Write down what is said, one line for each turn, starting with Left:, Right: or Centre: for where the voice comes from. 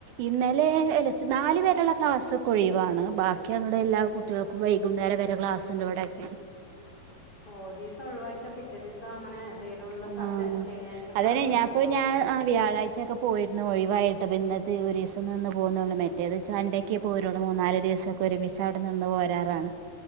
Right: ഇന്നലെല നാല് പേരുള്ള ക്ലാസ്സ് കു ഒഴിവാണ് ബാക്കി അങ്ങുടെ എല്ലാ കുട്ടികൾക്കും വൈകുന്നേരം വരെ ക്ലാസ്ുണ്ട് ഇവിടൊക്കെ
Left: ഓ ദിവസം ഒഴിവാക്കിയാ പിറ്റേ ദിവസം അങ്ങനെ എന്തേലും ഉള്ള സ
Right: ആഹ
Left: സെ ശനിയാഴ്ച ക്ലാസ്
Right: അതന്നെ
Left: ഒക്കെ
Right: ഞാൻപ്പ
Left: ഉണ്ടാവൂല്ലേ
Right: ഞാൻ ആ വ്യാഴാഴ്ചൊക്കെ പോയിരുന്നു ഒഴിവായിട്ട്പ്പ ഇന്നത്തെ് ഒരുീ പോകുന്നുള്ള മറ്റേ അത് ചണ്ടക്കേ പോരുള്ളൂ മൂന്നാല് ദിവസമൊക്കെ ഒരുമിച്ച് അവിടെ നിന്ന് പോരാറാണ്